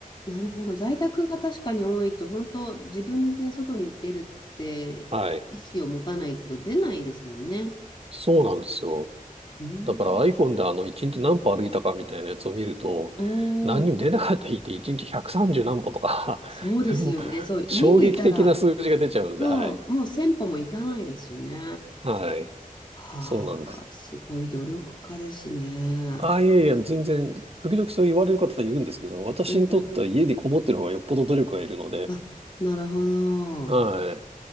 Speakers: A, on the left; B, on the right.
A: なるほど。在宅が確かに多いと、本当自分で外に出るって意思を持たないと出ないですもんね。
B: はい。そうなんですよ。
A: うー
B: だから iPhone
A: ん。
B: であの1日何歩歩いたかみたいなやつを見ると、
A: お
B: 何にも出なかった日って1日130何歩とか
A: お、そうですよね。
B: <laughs> もう
A: そう、家にいたら、
B: 衝撃的な数字が出ちゃうんで、
A: そう、
B: はい。
A: もう1000歩も行かないですよね。
B: はい。
A: はあ、
B: そうなんです。
A: すごい努力家ですね。
B: あ、いやいや、全然、時々そう言われる方いるんですけど、私にとっては家にこもってる方がよっぽど努力がいるので、
A: うんうん。あ、なるほど。
B: はい。